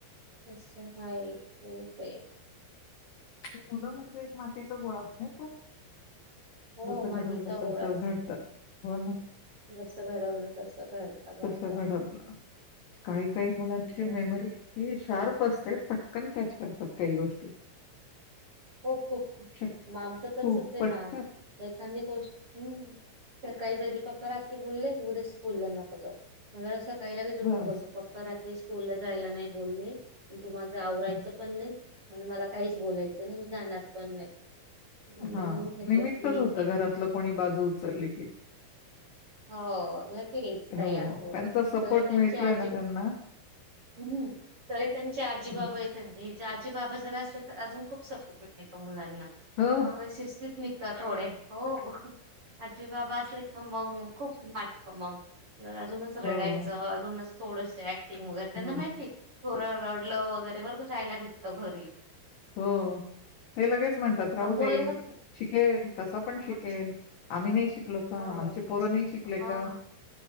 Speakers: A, on the right (about 45°); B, on the left (about 85°).
A: असं हाय खूप हे.
B: मुलं म्हणजे एक मातीचा गोळाचं नाही का?
A: हो
B: जसं
A: मातीचा
B: घडवलं
A: गोळाच
B: तसं घडतात. हो ना.
A: जसं घडवलं तसं घडतं बरोबर
B: घडवलं काही काही मुलांची
A: हो
B: मेमरी
A: ना
B: इतकी शार्प असते पट कन कॅच करतात काही गोष्टी.
A: खूप, खूप,
B: शक
A: खूप, मग आमचं तसच
B: खूप
A: आहे
B: पटकन
A: ना एखांदी गोष्ट हं सकाळी त्याचे पप्पा रात्री बोलले, उद्या स्कूलला नको जाऊ मला असं काय लगेच उठून
B: बस.
A: बोलतो, पप्पा रात्री स्कूलला जायला नाही बोलले, म तू माझं आवरायचं
B: हं.
A: पण नाही मग मला काहीच बोलायचं नाही, मी जाणार पण नाही. मग
B: हां,
A: मी म्हंटलं
B: निमित्तच
A: ठीक
B: होतं
A: हे
B: घरातलं कोणी बाजू उचलली की.
A: हो लगेच
B: हो,
A: तयार पोरं
B: त्यांचा सपोर्ट
A: तरी त्यांची
B: मिळतोय
A: आजी
B: ना त्यांना
A: हूं तरी त्यांचे आज्जी
B: हं.
A: बाबा इथं राहतील जे आजी बाबा जर असले तर, अजून खूप सपोर्ट भेटतो मुलांना,
B: हो.
A: मग शिस्तीत निघतात थोडे हो आज्जी बाबा असले, का मग खूप नाटकं मग मग अजूनच रडायचं,
B: हो.
A: अजूनच थोडसं ऍक्टिंग वगैरे त्यांना
B: हं.
A: माहितीय थोडं रडलं, वगैरे बरोबर राहायला भेटतं घरीच
B: हो ते लगेच म्हणतात राहू
A: अन् बोलायला
B: दे! शिकेल, कसा पण
A: हा
B: शिकेल, आम्ही नाही शिकलो का,
A: हो.
B: आमचे पोर नाही शिक लेका.
A: हां.